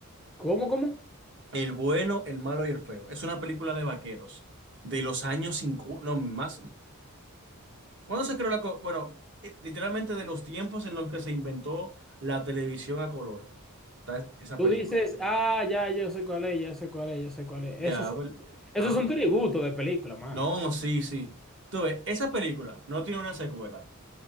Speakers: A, in the centre; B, on the right.
A: ¿Cómo, cómo?
B: El bueno, el malo y el feo. Es una película de vaqueros de los años 50, no, más. ¿Cuándo se creó la... co- Bueno, eh, literalmente de los tiempos en los que se inventó la televisión a color. Está es- esa
A: Tú
B: película.
A: dices, ah, ya, yo sé cuál es, ya sé cuál es, ya sé cuál es.
B: Ya,
A: Eso son,
B: ¿ver-
A: esos
B: ah,
A: son tributo de película, mano.
B: no, sí, sí. Tú ves, esa película no tiene una secuela,